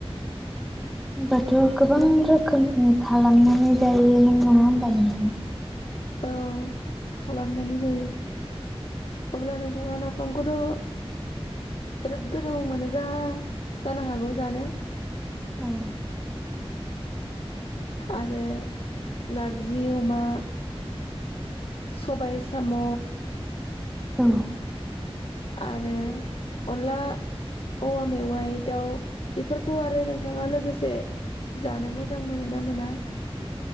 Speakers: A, in the centre; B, on the left.
A: होमबाथ' गोबां
B: नों
A: रोखोमनि खालामनानै जायोमोन नङा होमबा नोंथां
B: औ खालामनानै जायो। अब्ला नोंथाङा नाफामखौथ' बिराद गोथाव मोनो जा जानो हागौ जानो
A: औ
B: आरो नारजि अमा सबाय साम'
A: औ
B: आरो अनला औवा मेवाइ दाउ बेफोरखौ आरो नोंथाङा लोगोसे। जानो मोजां मोनो ना मोना